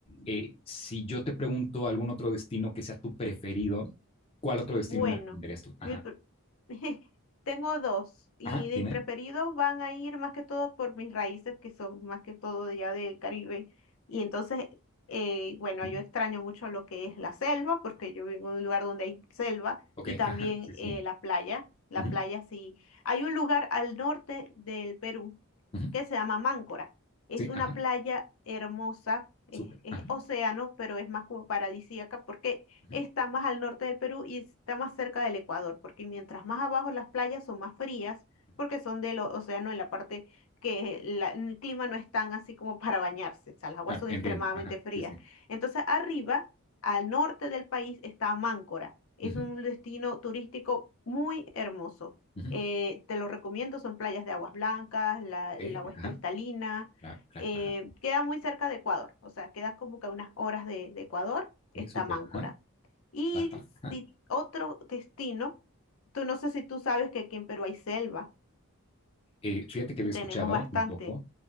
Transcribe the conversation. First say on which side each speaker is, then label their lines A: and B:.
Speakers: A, on the left; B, on the left.
A: eh, si yo te pregunto algún otro destino que sea tu preferido, ¿cuál otro destino
B: Bueno,
A: me recomendarías tú? Ajá,
B: mi pre- <laughs> tengo dos y
A: ajá,
B: de
A: dime.
B: mis preferidos van a ir más que todo por mis raíces que son más que todo ya del Caribe. Y entonces, eh, bueno,
A: Ujú,
B: yo extraño mucho lo que es la selva porque yo vivo en un lugar donde hay selva
A: Ok,
B: y también
A: ajá, sí, sí.
B: eh, la playa. La
A: ujú,
B: playa sí. Hay un lugar al norte del Perú
A: ujú,
B: que se llama Máncora. Es
A: sí,
B: una
A: ajá,
B: playa hermosa, es,
A: súper.
B: es
A: Ajá,
B: océano, pero es más como paradisíaca porque
A: ujú,
B: está más al norte del Perú y está más cerca del Ecuador, porque mientras más abajo las playas son más frías,
A: ujú,
B: porque son del o- océano en la parte que la- el clima no es tan así como para bañarse, o sea, las aguas
A: Claro,
B: son
A: entiendo.
B: extremadamente
A: Ajá,
B: frías.
A: sí, sí.
B: Entonces, arriba, al norte del país, está Máncora. Es
A: ujú,
B: un destino turístico muy hermoso.
A: ujú,
B: Eh, te lo recomiendo, son playas de aguas blancas, la,
A: ok,
B: el agua es
A: ajá,
B: cristalina.
A: claro, claro,
B: eh,
A: ajá,
B: queda muy cerca de Ecuador, o sea, queda como que a unas horas de, de Ecuador, está
A: ok, súper,
B: Máncora.
A: ajá,
B: Y
A: va, va, ajá.
B: si otro destino, tú no sé si tú sabes que aquí en Perú hay selva
A: Eh, fíjate que había
B: y
A: escuchado
B: tenemos bastante.
A: un poco,